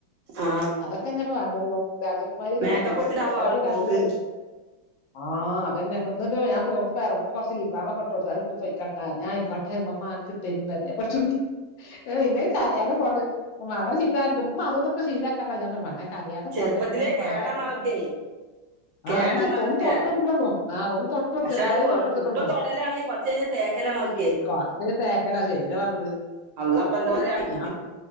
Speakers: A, on the right; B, on the left.
A: ആ
B: അതൊക്കെന്നെ ഇപ്പ വേണ്ടുള്ളൂ രാജകുമാരി
A: മേക്കപ്പ്
B: നടക്ക
A: ഇട്ടിട്ടാവും ആള് പോക്ക്
B: <unintelligible> <inaudible> ആഹ് അതന്നെ <unintelligible> ഞാൻപോവുമ്പോൾ ഇറങ്ങുമ്പോൾ കൊറച്ച് ലിപ് ബാം ഒക്കെ ഇട്ടുകൊടുത്തു അതിട്ടു പോയ്ക്കട്ടാ ഞാൻ <unintelligible> അമ്മ മാർക്ക്‌ ക്ക് <unintelligible> എ ങ്ങനെ പറയാതെ പൊന്നേ മകൾ ചിത്തപറയൂണ്ട് ഉമ്മ അതു ഇതൊക്കെ ശീലക്കണ്ട ഞാൻ <unintelligible> അറിയാതെ
A: ചെറുപ്പത്തിലേ
B: പോട്ടെന്ന് പിന്നെ നമ്മുക്ക്
A: കേടാണ്
B: മാറ്റപ്പെആഹ്
A: അതൊക്കെ കേടാണ്
B: അല്ല
A: അതൊക്കെ
B: ഒന്ന് തൊട്ടുള്ളോ ആഹ് ഒന്ന് തൊട്ട് കൊടുത്തു
A: പക്ഷെ
B: ചെറുതായി
A: അത്
B: ഒന്ന് തൊട്ട് കൊടുത്തിട്ടുള്ളൂ
A: ഇപ്പൊ തൊടലാണ് കൊറച്ച് കഴിഞ്ഞാൽ തേക്കലാണ് ഓൽക്കെ
B: കുറച്ച് തേക്കല്ലാ ശരിയന്ന പറഞ്ഞത്
A: അള്ളാപ്പ എന്താ പറയാ ടീച്ചർ
B: ഞാൻ